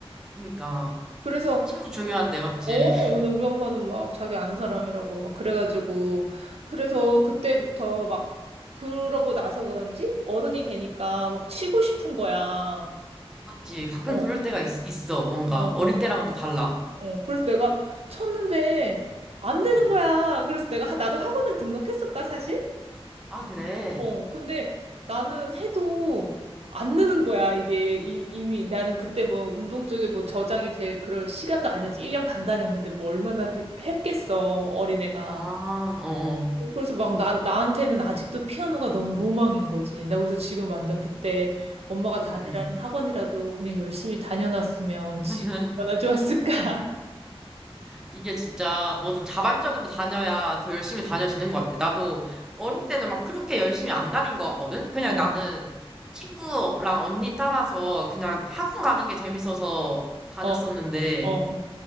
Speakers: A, in the centre; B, on the right.
A: 그니까
B: 그래서
A: 친구 중요한데 맞지?
B: 어,
A: <laughs>
B: 근데 우리 엄마는 막 자기 아는 사람이라고 막 그래가지고 그래서 그때부터 막 그러고 나서 그런지 어른이 되니까 막 치고 싶은 거야. 어,
A: 맞지? 가끔
B: 어,
A: 그럴 때가 있, 있어 뭔가
B: 어,
A: 어릴 때랑은 또 달라.
B: 어. 그래서 내가 쳤는데 안 되는
A: 응.
B: 거야. 그래서 내가 하- 나도 학원을 등록했었다, 사실.
A: 아 그래?
B: 어, 근데 나는 해도 안 느는 거야, 이게. 이- 이미 나는 그때 뭐 운동 쪽에 뭐 저장이 될 그럴 시간도 아니었지. 1년 반 다녔는데 뭐 얼마나 배- 했겠어, 어린애가.
A: 아 어어.
B: 그래서 막 나, 나한테는 아직도 피아노가 너무 로망인 거지. 나 그래서 지금 완전 그때 엄마가
A: 응응.
B: 다니라는 학원이라도 그냥 열심히 다녀놨으면
A: <laughs>
B: 지금 얼마나 좋았을까.
A: 이게 진짜 뭐든 자발적으로 다녀야 더 열심히 다녀지는 것 같아. 나도 어릴 때는 막 그렇게 열심히 안 다닌 것 같거든? 그냥
B: <laughs> 어,
A: 나는 친구랑 언니 따라서 그냥 학원 가는 게 재밌어서 다녔었는데,
B: 어, 어.